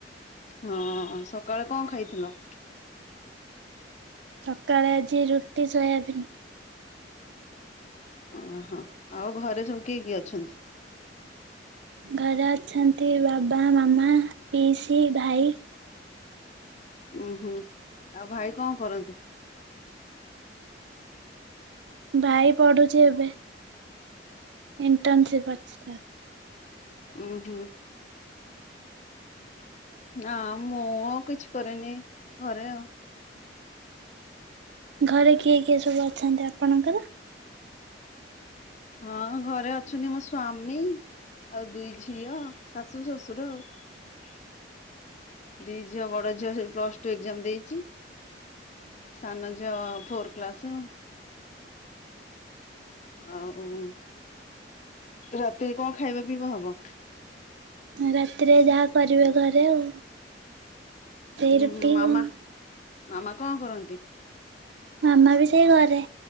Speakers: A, on the left; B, on the right.
A: ହଁ ସକାଳେ କଣ ଖାଇଥିଲ?
B: ସକାଳେ ଆଜି ରୁଟି ସୋୟାବିନ୍।
A: ଓହୋ ଆଉ ଘରେ ସବୁ କିଏ କିଏ ଅଛନ୍ତି?
B: ଘରେ ଅଛନ୍ତି ବାବା ମାମା ପିଇସି ଭାଇ
A: ଉୁଁ ହୁଁ ଆଉ ଭାଇ କଣ କରନ୍ତି?
B: ଭାଇ ପଢୁଚି ଏବେ। ଇଣ୍ଟର୍ନଶିପ୍ ଅଛି ତ
A: ଉୁଁ ହୁଁ। ନା ମୁଁ ଆଉ କିଛି କରେନି ଘରେ ଆଉ।
B: ଘରେ କିଏ କିଏ ସବୁ ଅଛନ୍ତି ଆପଣଙ୍କର?
A: ହଁ ଘରେ ଅଛନ୍ତି ମୋ ସ୍ଵାମୀ ଆଉ ଦୁଇ ଝିଅ ଶାଶୁ ଶ୍ୱଶୁର ଆଉ। ଦି ଝିଅ ବଡ ଝିଅ ସେଇ ପ୍ଲସ ଟୁ ଏକ୍ଜାମ ଦେଇଚି। ସାନ ଝିଅ ଫୋର କ୍ଲାସ ଆଉ ରାତିରେ କଣ ଖାଇବା ପିଇବା ହବ?
B: ରାତିରେ ଯାହା କରିବେ ଘରେ ଆଉ। ସେଇ
A: ଉୁଁ
B: ରୁଟି
A: ମାମା
B: କଣ
A: ମାମା କଣ କରନ୍ତି?
B: ମାମା ବି ସେଇ ଘରେ